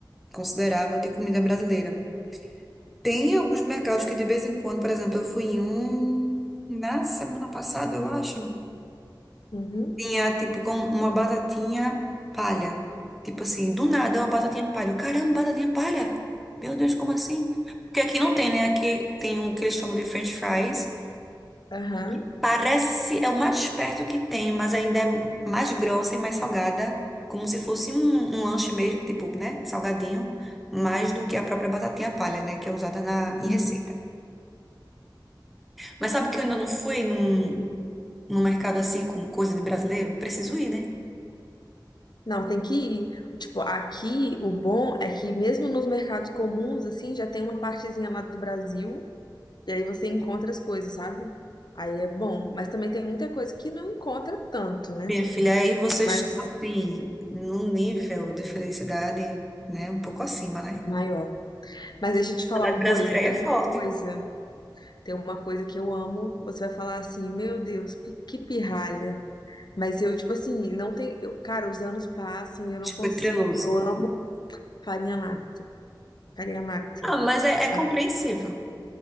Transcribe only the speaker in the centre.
considerável de comida brasileira. Tem alguns mercados que de vez em quando, por exemplo, eu fui em um na semana passada, eu acho.
Tinha, tipo, com uma batatinha palha. Tipo assim, do nada, uma batatinha palha. Eu, Caramba, batatinha palha? Meu Deus, como assim? Porque aqui não tem, né? Aqui tem o que eles chamam de French fries.
E parece, é o mais perto que tem, mas ainda é mais grossa e mais salgada. Como se fosse um, um lanche mesmo, tipo, né? Salgadinho. Mais do que a própria batatinha palha, né? Que é usada na, em
receita. Mas sabe que eu ainda não fui num, num mercado assim com coisa de brasileiro? Preciso ir, né?
Minha filha, aí vocês
estão, assim, num nível de felicidade, né, um pouco acima, né?
A
felicidade
brasileira
aí
é forte,
tipo,
é treloso.
Ah, mas é, é
compreensível.